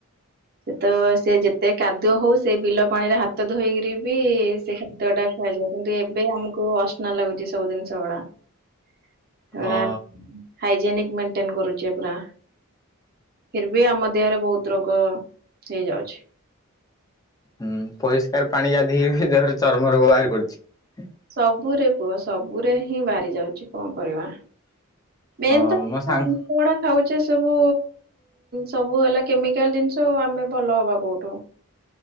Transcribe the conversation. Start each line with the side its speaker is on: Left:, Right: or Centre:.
Right: ସେତ ସିଏ ଯେତେ କାଦୁଅ ହଉ ସେ ବିଲ ପାଣିରେ ହାତ ଧୋଇକି ରି ବି ସେ ଖାଦ୍ୟ ଟା ଖଆଯାଉ କିନ୍ତୁ ଏ ବେ ଆମକୁ ଅସ୍ନା ଲାଗୁଛି ସବୁ ଜିନିଷ ଗୁଡା
Left: ହଁ
Right: ହାଇଜେନିକ ମେଣ୍ଟେନ କରୁଛେ ପୁରା ଫର ବି ଆମ ଦେହରେ ବହୁତ ରୋଗ ହେଇଯାଉଛି।
Left: ହୁଁ ପରିଷ୍କାର ପାଣି ଗାଧୋଇକ ଦେହରେ ଚର୍ମ ରୋଗ ବାହାରି ପଡୁଛି।
Right: ସବୁରେ ପୁଅ ସବୁରେ ହିଁ ବାହାରି ଯାଉଛି କଣ କରିବା। ମେନ୍
Left: ହଁ
Right: ତ
Left: ମୋ ସାଙ୍ଗ
Right: ଜିନିଷ ଗୁଡା ଖାଉଛେ ସବୁ ସବୁ ହେଲା କେମିକାଲ ଜିନିଷ ଆ ଆମେ ଭଲ ହବା କୋଉଠୁ।